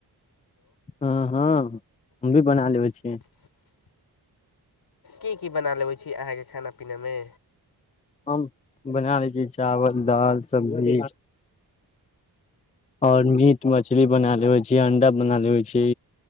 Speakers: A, on the left; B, on the left.
A: हँ हँ हम भी बना लेबै छियै
B: की की बना लेबै छी अहाँके खाना पीनामे
A: हम बना लै छी चावल दालि सब्जी आओर मीट मछली बना ले होइ छै अंडा बना ले होइ छै